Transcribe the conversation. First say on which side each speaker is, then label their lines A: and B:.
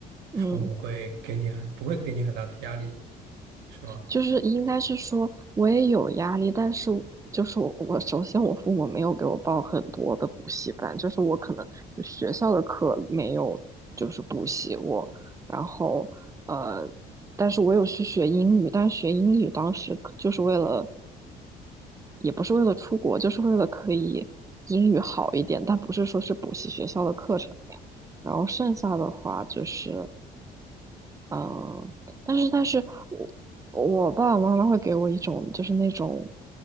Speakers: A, on the right (about 20°); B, on the right (about 80°).
A: 嗯。
B: 父母会给你很，不会给你很大的压力，是吗？
A: 就是应该是说，我也有压力，但是我就是我，我首先我父母没有给我报很多的补习班，就是我可能就学校的课没有就是补习过，然后呃，但是我有去学英语，但是学英语当时可就是为了，也不是为了出国，就是为了可以英语好一点，但不是说是补习学校的课程那样。然后剩下的话就是。嗯，但是但是我我爸爸妈妈会给我一种就是那种